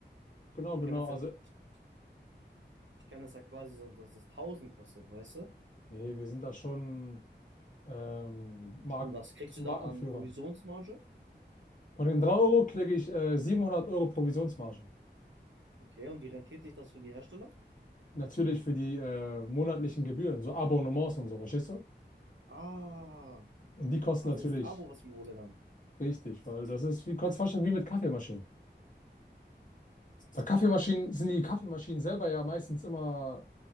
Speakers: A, on the left; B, on the right.
A: Genau,
B: Ich
A: genau,
B: kann das
A: also,
B: ja nur, ich, ich, ich kann das ja quasi so, dass es tausend kostet, weißt du?
A: nee, wir sind da schon ähm, Mark
B: Und was kriegst
A: Markenführer.
B: du da an Provisionsmarge?
A: Von den 3 Euro kriege ich äh, 700 Euro Provisionsmarge.
B: Okay, und wie rentiert sich das für die Hersteller?
A: natürlich für die äh, monatlichen Gebühren, so Abonnements und so, verstehst du?
B: Ah,
A: Und die kosten
B: quasi
A: natürlich
B: das ist ein Abo, was ich mir hole dann.
A: richtig, weil das ist wie kurz fast schon wie mit Kaffeemaschinen. Bei Kaffeemaschinen sind die Kaffeemaschinen selber ja meistens immer,